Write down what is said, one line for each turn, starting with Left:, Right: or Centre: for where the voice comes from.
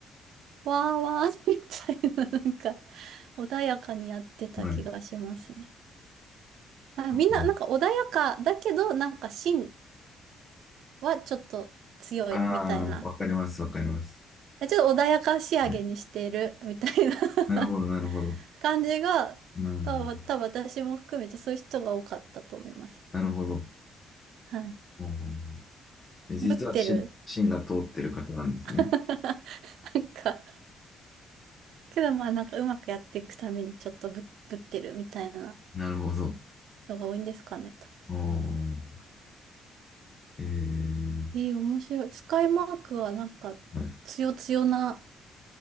Right: わーわーみたいな、なんか穏やかにやってた気がしますね。
Left: はい。
Right: まあ、
Left: <laughs>
Right: みんな、なんか穏やかだけど、なんか芯はちょっと強いみたいな。
Left: ああ、わかります、わかります。
Right: ちょっと穏やか仕上げにしてるみたいな
Left: ね。
Right: <laughs>
Left: なるほど、なるほど。
Right: 感じが、
Left: うん。
Right: 多分、多分私も含めてそういう人が多かったと思います。
Left: なるほど。
Right: はい。
Left: うんで実は芯、
Right: ぶってる。
Left: 芯が通ってる方なんですね。
Right: <laughs> なんか、けどまあなんかうまくやっていくためにちょっとぶ、ぶってるみたいな
Left: なるほど。
Right: 人が多いんですかねと。
Left: おーえー
Right: えー、面白い。スカイマークはなんか強強な
Left: はい、